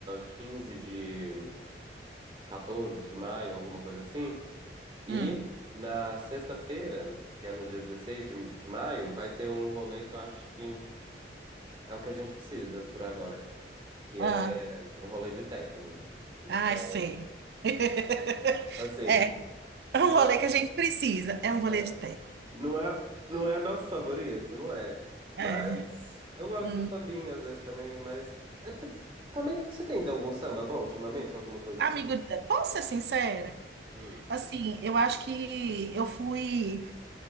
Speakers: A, on the right; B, on the right.
A: 15 de 14 de maio, alguma coisa assim. E
B: Hum.
A: na sexta-feira, que é no dia 16 de, de maio, vai ter um rolê que eu acho que é o que a gente precisa por agora. que
B: Ah,
A: é um rolê de techno. Então,
B: ah, sei. <laughs>
A: assim,
B: É, é um
A: não
B: rolê
A: é,
B: que a gente precisa. É um rolê
A: é,
B: de técnica.
A: não é, não é nosso favorito, não é. Mas
B: É.
A: eu gosto
B: Hum.
A: do sambinha às vezes também, mas é t- também você tem ido algum samba bom ultimamente, alguma coisa
B: Amigo,
A: assim?
B: posso ser sincera?
A: Hum,
B: Assim, eu acho que eu fui.